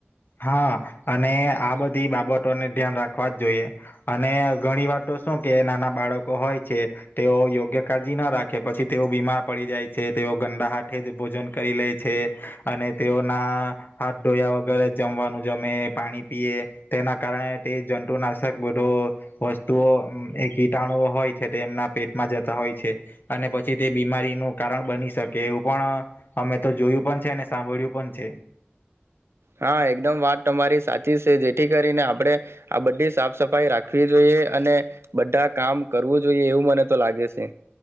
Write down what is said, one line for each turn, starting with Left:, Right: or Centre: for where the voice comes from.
Left: હા અને આ બધી બાબતોને ધ્યાન રાખવા જ જોઈએ. અને ઘણી વાત તો શું કે નાના બાળકો હોય છે તેઓ યોગ્ય કાળજી ના રાખે પછી તેઓ બીમાર પડી જાય છે તેઓ ગંદા હાથે જ ભોજન કરી લે છે અને તેઓના હાથ ડોયા વગેરે. જમવાનું જમે પાણી પીએ તેના કારણે તે જંતુનાશક બધો વસ્તુઓ એ કીટાણુઓ હોય છે તે એમના પેટમાં જતા હોય છે અને પછી તે બીમારીનું કારણ બની શકે એવું પણ અમે તો જોયું પણ છે અને સાંભળ્યું પણ છે.
Right: હા એકદમ વાત તમારી સાચી છે જેથી કરીને આપણેે આ બધી સાફ સફાઈ રાખવી જોઈએ અને બધા કામ કરવું જોઈએ એવું મને તો લાગે છે.